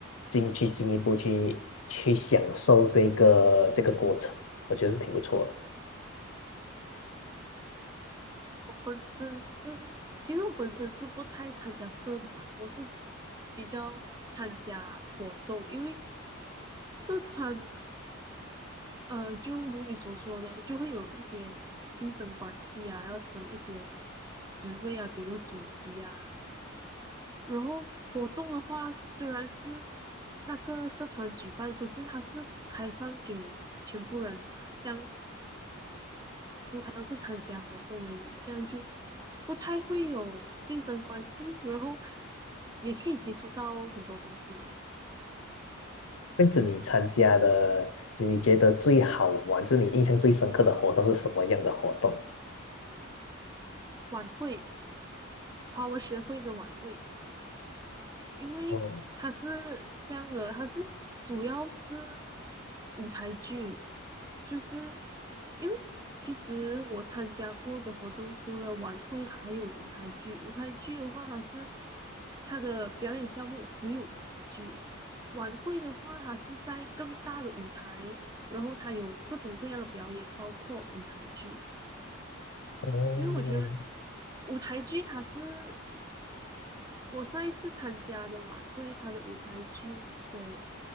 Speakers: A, on the left (about 75°); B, on the right (about 15°).
A: 进去进一步去去享受这个这个过程，我觉得是挺不错的。
B: 我本身是，其实我本身是不太参加社团，我是比较参加活动，因为社团。呃，就如你所说的，就会有一些竞争关系啊，要争一些职位啊，比如主席啊。然后活动的话，虽然是那个社团举办，可是它是开放给全部人嘛，这样当是参加活动而已，这样就不太会有竞争关系，然后也可以接触到很多东西。
A: 跟着你参加的，你你觉得最好玩，就是你印象最深刻的活动是什么样的活动？
B: 晚会，华文学会的晚会。因为它是这样的，
A: 哦
B: 它是主要是舞台剧，就是因为其实我参加过的活动，除了晚会，还有舞台剧。舞台剧的话，它是它的表演项目只有舞台剧；晚会的话，它是在更大的舞台，然后它有各种各样的表演，包括舞台剧。
A: 哦，
B: 因为我觉得舞台剧它是我上一次参加的晚会，它的舞台剧的